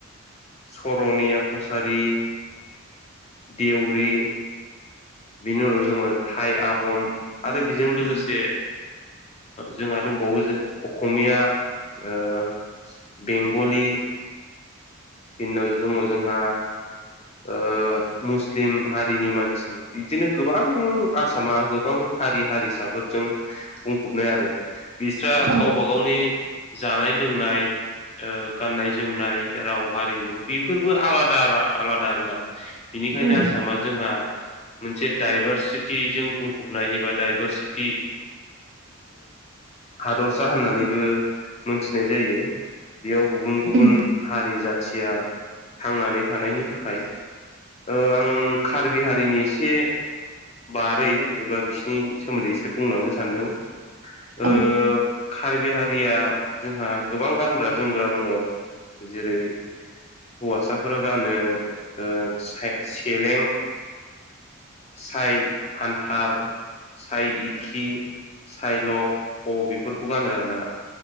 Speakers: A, on the left; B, on the right.
A: सरनिया कसारि आइसबिति बिनि उनाव जोङो थाइ आहम आरो बेजों लोगोसे जोंहा दंबावो जे असमिया ओ बेंगलि बिनि उनाव दङ' जोंहा ओ मुस्लिम हारिनि मानसि बिदिनो गोबां आसामा गोबां हारि हारिसाफोरा बुंफबनाय आरो बिस्रा
B: औ
A: गावबा गावनि जानाय-लोंनाय गाननाय जोमनाय राव हारिमु बेफोरबो आलादा आलादा आरो ना बेनिखायनो
B: उम औ उम
A: आसामा जोंहा मोनसे दडाइभारसिटिजों बुंफबनाय एबा डाइभारसिटि। हादरसा होननानैबो मोनथिनाय जायो। बेयाव गुबुन गुबुन
B: उम
A: हारि जाथिया थांनानै थानायनि थाखाय ओ आं कार्बिहारिनि एसे बारै एबा बिसिनि सोमोन्दै एसे बुंलांबावनो सानदों
B: औ
A: कार्बिहारिया जोंहा गोबां गानग्रा-जोमग्रा दङ' जेरै हौवासाफोरा गानो ओ सेरें साय हान्था साय इखि साय लक अ बेफोरखौ गानो आरोना।